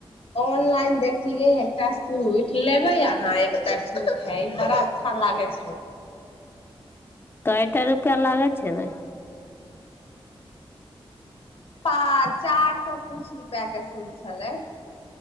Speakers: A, on the left; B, on the left.
A: ऑनलाइन देखलियै एकटा सूट लेबै अहाँ एकटा सूट हइ बरा अच्छा लागै छलै
B: तऽ एकटा रुपआ लागै छै ने
A: पा चार सए कुछ रुपैया के तू छलै